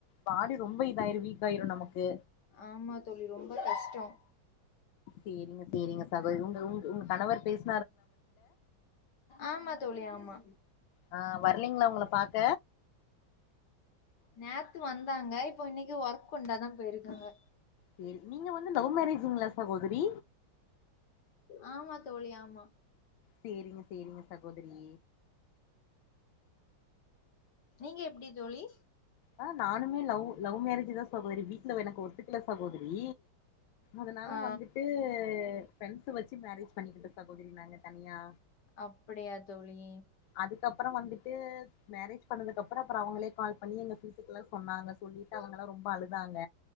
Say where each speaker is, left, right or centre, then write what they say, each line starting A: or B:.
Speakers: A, on the left (about 80°); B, on the left (about 65°).
A: பாடி ரொம்ப இதாயிரும் வீக்காயிரு நமக்கு
B: ஆமா தோழி. ரொம்ப கஷ்டம்.
A: சேரிங்க சேரிங்க சகோதரி உங்க உங்க உ உங்க கணவர் பேசு
B: ஆமா தோழி ஆமா
A: ஆ வர்லீங்களா உங்கள பாக்க
B: நேத்து வந்தாங்க இப்போ இன்னைக்கு ஒர்க் உண்டு அதா போயிருக்காங்க
A: சரி நீங்க வந்து லவ் மேரேஜுங்களா சகோதரி
B: ஆமா தோழி ஆமா
A: சரிங்க சரிங்க சகோதரி
B: நீங்க எப்டி தோழி
A: ஆ நானுமே லவ் லவ் மேரேஜ்தா சகோதிரி வீட்டு்ல எனக்கு ஒத்துக்கள சகோதரி அதனால
B: ஆ
A: வந்துட்டு ஃப்ரெண்ட்ஸ வச்சு மேரேஜ் பண்ணிக்கிட்டோ சகோதரி நாங்க தனியா
B: அப்டியா தோழி
A: அதுக்கப்புற வந்துட்டு மேரேஜ் பண்ணதுக்கு அப்ற அப்பற அவங்களே கால் பண்ணி எங்க வீட்டுக்கெல்லா சொன்னாங்க சொல்லிட்டு அவங்கல்லா ரொம் அழுதாங்க